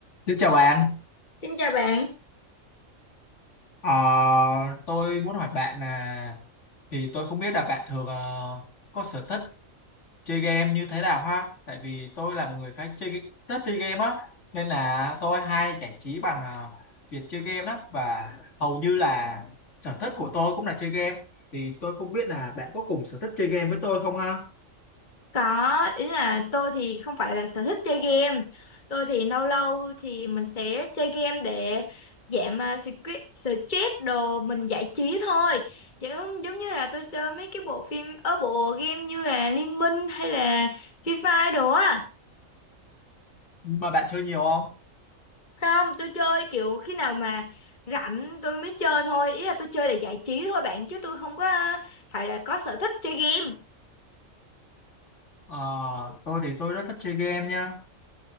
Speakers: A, on the left; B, on the left.
A: Xin chào bạn,
B: Xin chào bạn,
A: Ờ, tôi muốn hỏi bạn là thì tôi không biết là bạn thường ờ, có sở thích chơi game như thế nào ha? Tại vì tôi là một người khá chơi thích chơi game á, nên là tôi hay giải trí bằng ờ, việc chơi game lắm và hầu như là sở thích của tôi cũng là chơi game. Thì tôi không biết là bạn có cùng sở thích chơi game với tôi không ha?
B: có ý là tôi thì không phải là sở thích chơi game, tôi thì lâu lâu thì mình sẽ chơi game để giảm à, stress stress đồ mình giải trí thôi, giống giống như là tôi chơi mấy cái bộ phim ở bộ game như là Liên Minh hay là Free Fire đồ á,
A: Mà bạn chơi nhiều không?
B: không tôi chơi kiểu khi nào mà rảnh tôi mới chơi thôi, ý là tôi chơi để giải trí thôi bạn chứ tôi không có à, phải là có sở thích chơi game.
A: Ờ, tôi thì tôi rất thích chơi game nha.